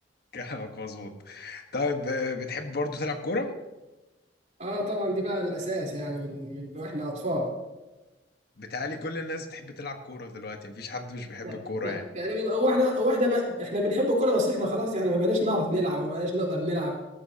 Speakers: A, on the left (about 55°); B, on the right (about 40°).
A: كلامك مظبوط طيب آه، بتحب برضو تلعب كورة؟
B: أه طبعا دي بقى الأساس يعني من من وإحنا أطفال
A: بتهيألي كل الناس بتحب تلعب كورة دلوقتي مفيش حد مش بيحب
B: ت-
A: الكورة
B: ت-
A: يعني
B: تقريبا هو احنا هو احنا بقى احنا بنحب الكوره بس احنا خلاص يعني ما بقيناش نعرف نلعب وما بقيناش نقدر نلعب ما